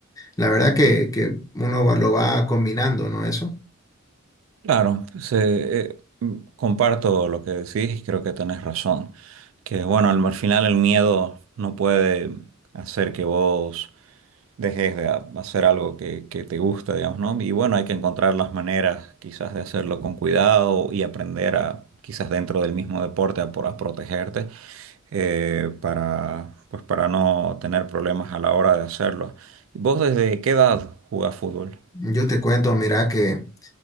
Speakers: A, on the left; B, on the right.
A: la verdad que, que uno va- lo va combinando, ¿no? Eso.
B: Claro, se- eh, eh, mm, comparto lo que decís, creo que tenés razón. Que bueno, al, al final el miedo no puede hacer que vos dejes de ha- hacer algo que, que te gusta, digamos, ¿no? Y bueno, hay que encontrar las maneras quizás de hacerlo con cuidado y aprender a, quizás dentro del mismo deporte, a, por- a protegerte eh, para, pues, para no tener problemas a la hora de hacerlo. ¿Vos desde qué edad jugás fútbol?
A: Yo te cuento, mira que...